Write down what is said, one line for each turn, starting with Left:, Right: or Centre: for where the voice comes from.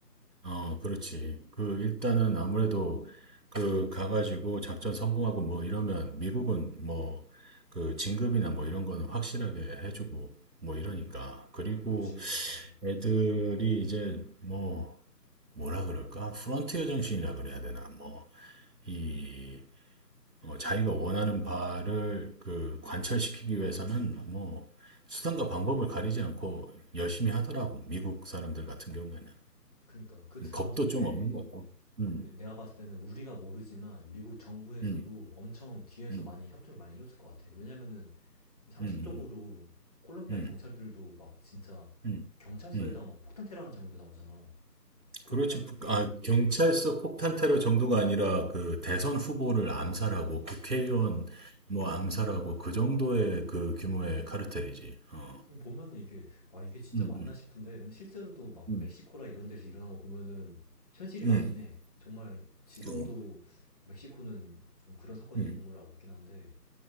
Right: 어, 그렇지. 그 일단은 아무래도 그 가가지고 작전 성공하고 뭐 이러면 미국은 뭐 그 진급이나 뭐 이런 거는 확실하게 해주고 뭐 이러니까. 그리고
Left: 그치 맞아.
Right: 애들이 이제 뭐 뭐라 그럴까? 프론티어 정신이라 그래야 되나? 뭐이 어, 자기가 원하는 바를 그 관철시키기 위해서는 뭐 수단과 방법을 가리지 않고 열심히 하더라고. 미국 사람들 같은 경우에는.
Left: 그니까 그 드라마
Right: 겁도
Left: 속에
Right: 좀 없는 것 같고. 음,
Left: 내가 봤을 때는 우리가 모르지만 미국 정부에서도
Right: 음,
Left: 엄청 뒤에서
Right: 음,
Left: 많이 협조를 많이 해줬을 것 같아. 왜냐면은 상식적으로
Right: 음,
Left: 콜롬비아
Right: 음, 음,
Left: 경찰들도 막 진짜
Right: 음.
Left: 경찰서에다가
Right: 음.
Left: 막 폭탄 테러하는 장면도 나오잖아. 그렇게
Right: 그렇지.
Left: 하는데,
Right: 북- 아, 경찰서 폭탄 테러
Left: 어,
Right: 정도가 아니라 그 대선 후보를 암살하고 국회의원
Left: 그니까.
Right: 뭐 암살하고 그 정도의 그 규모의 카르텔이지. 어.
Left: 보면은 이게, 와, 이게 진짜
Right: 음, 음,
Left: 맞나 싶은데, 근데 실제로 도 막
Right: 음,
Left: 멕시코라 이런 데서 일어난 거 보면은 현실이
Right: 음.
Left: 맞긴 해. 정말 지금도
Right: 어.
Left: 멕시코는 좀 그런 사건이
Right: 음,
Left: 있는 걸로 알고 있긴 한데,